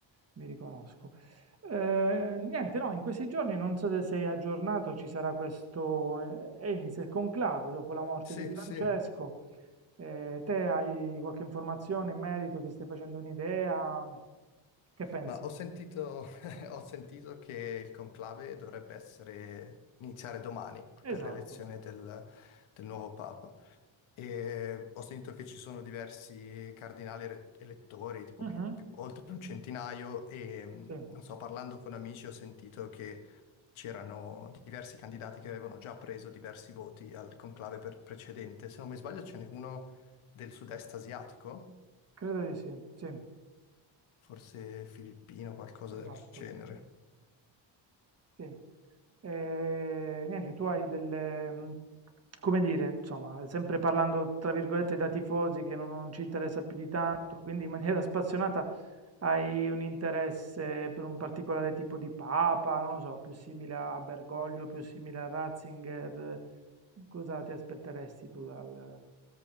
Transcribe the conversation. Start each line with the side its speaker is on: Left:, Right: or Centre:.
Right: mi riconosco. Eh, niente, no, in questi giorni non so se sei aggiornato, ci sarà questo, eh, e inizia il conclave dopo la morte
Left: Sì,
Right: di Francesco.
Left: sì.
Right: Eh, te hai qualche informazione in merito? Ti stai facendo un'idea? Che pensi?
Left: Ma ho sentito, <laughs> ho sentito che il conclave dovrebbe essere, iniziare domani per
Right: Esatto.
Left: l'elezione del, del nuovo Papa. E ho sentito che ci sono diversi cardinali re- elettori, tipo
Right: Mhm,
Left: più- più- oltre un centinaio, e mh,
Right: Sì,
Left: non so, parlando con amici ho sentito che c'erano diversi candidati che avevano già preso diversi voti al conclave per- precedente. Se non mi sbaglio, ce n'è uno del sud-est asiatico,
Right: credo di sì, sì,
Left: forse filippino, qualcosa
Right: esatto.
Left: del genere.
Right: Sì. E, niente, tu hai delle, mh, come dire, insomma, sempre parlando tra virgolette da tifosi che non, non ci interessa più di tanto, quindi in maniera <laughs> spassionata hai un interesse per un particolare tipo di papa, non lo so, più simile a Bergoglio, più simile a Ratzinger, eh, cosa ti aspetteresti tu dal,